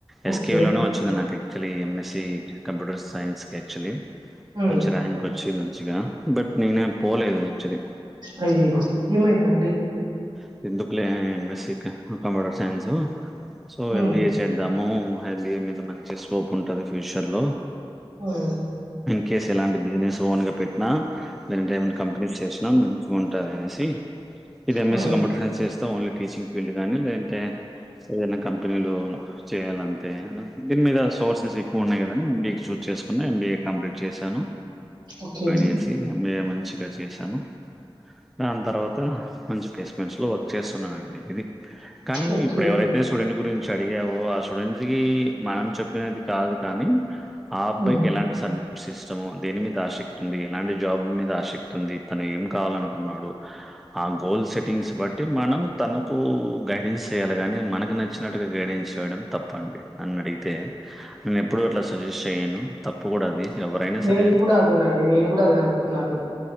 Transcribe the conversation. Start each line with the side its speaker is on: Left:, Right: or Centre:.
Centre: ఎస్కే
Right: ఓకే.
Centre: లోనే వచ్చింది నాకు actually MSc computer science actually
Right: hmm.
Centre: మంచి ర్యాంక్ వచ్చి మంచిగా బట్ నేనే పోలేదు ఎక్చవలి
Right: అయ్యయ్యో! ఏమైందండి?
Centre: ఎ ఎందుకులే MSc computer science so
Right: hmm.
Centre: MBA చేద్దాము ఎం బి ఎ మీద మంచి స్కోప్ ఉంటది ఫ్యూచర్ లో
Right: హ్మ్.
Centre: కే ఎలాంటి బిజినెస్ ఓన్ గా లేదంటే ఏమన్నా కంపెనీస్ చేసిన మంచిగా ఉం టా అనేసి ఇది ఎంఎస్
Right: హ్మ్.
Centre: కంప్యూటర్ సైన్స్ చేస్తా ఓన్లీ టీచింగ్ ఫీల్డ్ గానీ లేదంటే ఏదైనా కంపెనీలో చేయాలంతే దీని మీద సోర్సెస్ ఎక్కువ ఉన్నాయి కదని ఎం బీ ఎ చూ చేసుకున్న ఎంబీఏ కంప్లీట్ చేశాను
Right: ఓకే.
Centre: అనేసి ఎంబీఏ మంచిగా చేశాను దాని తర్వాత మంచి ఫేస్మెంట్స్ లో వర్క్ చేస్తున్నామండి ఇది కానీ
Right: ఓకే.
Centre: ఇప్పుడు ఎవరైతే తే స్టూడెంట్ గురించి అడిగావో ఆ స్టూడెంట్ కి మనం చెప్పినది కాదు కానీ ఆ అబ్బాయికి
Right: హ్మ్.
Centre: ఎలాంటి సబ్జెక్ట్స్ ఇష్టమో, దేని మీద ఆశక్ ది ఎలాంటి జాబ్ మీద ఆసక్తి ఉంది, తను ఏం కావాలనుకున్నాడు? ఆ గోల్ సెట్టింగ్స్ బట్టి మనం తనకు గైడెన్స్ చేయాలి గని, మనకు నచ్ చ్చినట్టుగా గైడిన్స్ చేయడం తప్పండి నన్నడిగితే నేను ఎప్పుడు అట్లా సజెస్ట్ చెయ్యను, తప్పు గుడ అది ఎవరైనా
Right: నేను
Centre: సరే
Right: కూడా అదేనండి, నేను కూడా అదే అనుకున్నాను.